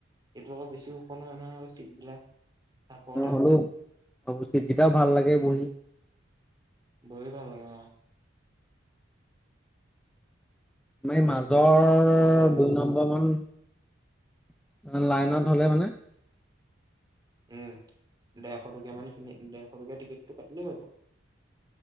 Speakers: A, on the right; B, in the centre.
A: এইটো আকৌ বেছি ওখ নহয় নহয় হৈছ চিতবিলাক চাপৰতে,
B: অ হ'লো চিট কেইটাও ভাল লাগে
A: উ
B: বহি
A: বহি ভাল লাগে অ
B: মই মাজ জ্বৰ
A: চাব লাগিব
B: দুই
A: আৰু
B: নম্বৰ মান লাইনত হলে মানে
A: উম দেৰশ টকীয়া মান কিনি দেৰশ টকীয়া টিকেটটো কাটিলেই হব